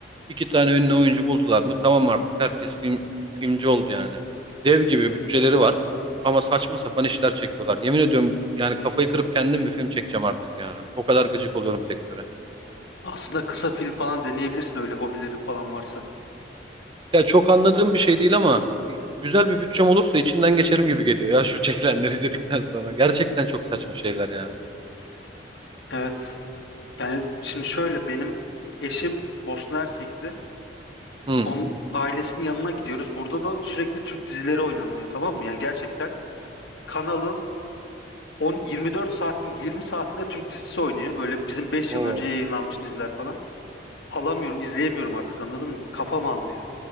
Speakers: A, on the right (about 30°); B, on the left (about 80°).
A: İki tane ünlü oyuncu buldular mı? Tamam artık herkes film filmci oldu yani. Dev gibi bütçeleri var. Ama saçma sapan işler çekiyorlar. Yemin ediyorum yani kafayı kırıp kendim bir film çekeceğim artık ya. O kadar gıcık oluyorum sektöre.
B: Aslında kısa film falan deneyebilirsin öyle hobilerin falan varsa.
A: Ya çok anladığım bir şey değil ama güzel bir bütçem olursa içinden geçerim gibi geliyor ya şu çekilenleri izledikten sonra. Gerçekten çok saçma şeyler ya.
B: Evet. Yani şimdi şöyle benim eşim Bosna Hersekli.
A: Hmm.
B: Onun ailesinin yanına gidiyoruz. Burada da sürekli Türk dizileri oynanıyor tamam mı? Yani gerçekten kanalın 10 24 saatin 20 saatinde Türk dizisi oynuyor. Böyle bizim beş
A: Oo,
B: yıl önce yayınlanmış diziler falan. Alamıyorum, izleyemiyorum artık anladın mı? Kafam almıyor.